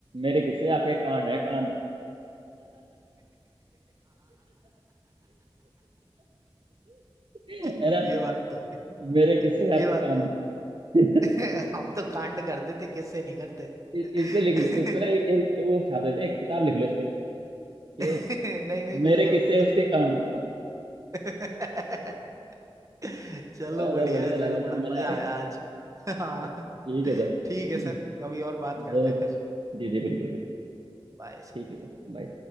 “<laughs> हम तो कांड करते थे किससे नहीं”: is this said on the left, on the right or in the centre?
Right